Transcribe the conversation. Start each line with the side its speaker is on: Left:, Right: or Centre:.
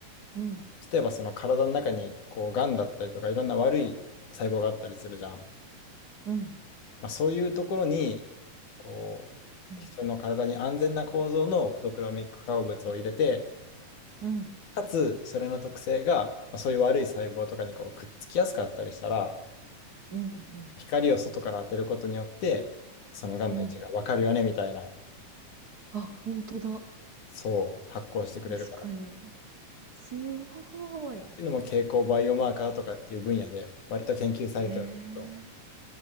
Right: うん、
Left: 例えばその体の中に、こう、癌だったりとか、いろんな悪い細胞があったりするじゃん。
Right: うん、
Left: まあ、そういうところに、こう、
Right: うん。
Left: 人の体に安全な構造のフォトクロミック化合物を入れて、
Right: うん、
Left: かつ、それの特性が、まあ、そういう悪い細胞とかにこうくっつきやすかったりしたら、
Right: うん、うん、
Left: 光を外から当てることによって、その癌の位置がわかるよね、
Right: うん。
Left: みたいな。
Right: あ、本当だ。
Left: そう、発酵してくれるから。
Right: 確かに。
Left: っ
Right: すごい。
Left: ていうのも蛍光バイオマーカーとかっていう分野で割と研究されてはいると思う。
Right: へえ。